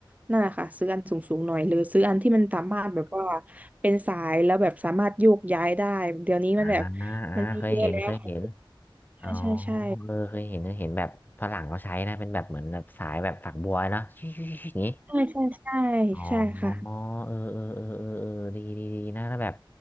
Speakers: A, on the right; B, on the left.
A: นั่นแหละค่ะซื้ออันสูงๆหน่อยหรือซื้ออันที่มันสามารถแบบว่าเป็นสายแล้วแบบสามารถโยกย้ายได้เดี๋ยวนี้มันแบบ
B: อ่าอ่า
A: มันมีเยอะแล้วค่ะ
B: เคยเห็นเคยเห็น
A: ใช่ใช่ใช่
B: อ๋อเออเคยเห็นเคยเห็นแบบฝรั่งเขาใช้นะเป็นแบบเหมือนแบบสายแบบฝักบัวเนาะชิ่งๆๆๆอย่างนี้
A: ใช่ใช่ใช่
B: อ๋
A: ใช่ค่ะ
B: อเออเออเออเออเออดีดีดีนะแล้วแบบ